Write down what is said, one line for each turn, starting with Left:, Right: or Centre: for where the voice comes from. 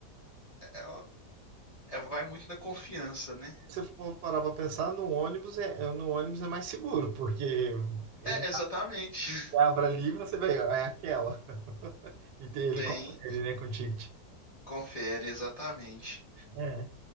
Left: É, é- vai muito na confiança, né?
Right: Se você for parar para pensar, no ônibus é, é- no ônibus é mais seguro, porque ele
Left: É, exatamente. <laughs>
Right: abre ali e você vê, ah, é aquela. E tem, ele
Left: Tem,
Right: confere, né, com o ticket.
Left: confere exatamente.
Right: É.